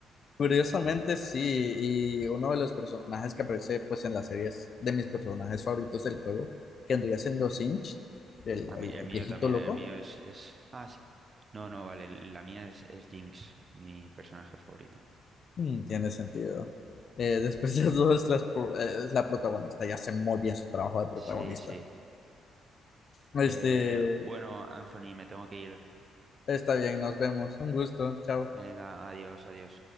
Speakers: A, on the left; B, on the right.
A: Curiosamente, sí. Y uno de los personajes que aparece pues, en las series de mis personajes favoritos del juego, que andría siendo Sinch, el,
B: A mí,
A: el-
B: el
A: el
B: mío
A: viejito
B: también,
A: loco,
B: el mío es, es... Ah, sí. No, no, vale, la mía es, es Jinx, mi personaje favorito.
A: Mm, tiene sentido. Eh, <laughs> después de todo, es, las pro- eh, es la protagonista. Ya hace muy bien su trabajo de protagonista.
B: Sí, sí.
A: Este,
B: Eh, bueno, Anthony, me tengo que ir.
A: está bien, nos vemos. Un gusto. Chao.
B: Venga, adiós, adiós.